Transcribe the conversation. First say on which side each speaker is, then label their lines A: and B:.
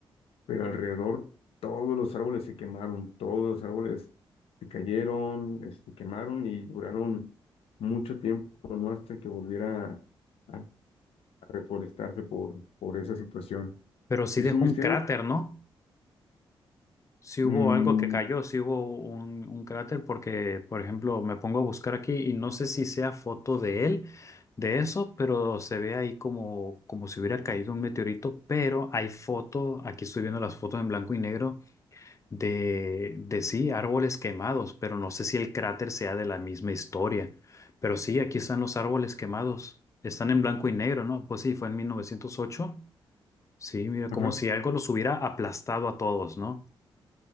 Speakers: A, on the left; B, on the left.
A: pero alrededor todos los árboles se quemaron, todos los árboles se cayeron, se quemaron y duraron mucho tiempo, ¿no? Hasta que volviera a, a reforestarse por, por esa situación.
B: pero sí
A: Y
B: dejó
A: es un misterio.
B: un cráter, ¿no? Sí hubo
A: mm,
B: algo que cayó, sí hubo un, un cráter porque, por ejemplo, me pongo a buscar aquí y no sé si sea foto de él, de eso, pero se ve ahí como, como si hubiera caído un meteorito, pero hay foto, aquí estoy viendo las fotos en blanco y negro de, de sí, árboles quemados, pero no sé si el cráter sea de la misma historia. Pero sí, aquí están los árboles quemados, están en blanco y negro, ¿no? Pues sí, fue en 1908 Sí, mira, como
A: ajá.
B: si algo los hubiera aplastado a todos, ¿no?